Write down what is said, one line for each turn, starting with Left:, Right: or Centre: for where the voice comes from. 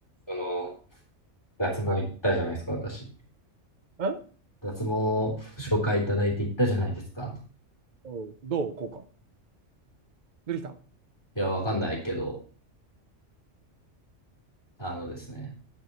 Left: その、脱毛行ったじゃないですか、
Right: はい。
Left: 私。
Right: え
Left: 脱毛紹介いただいて行ったじゃないですか。
Right: おうんどうこうか。出てきた
Left: いや、わかんないけど、あのですね、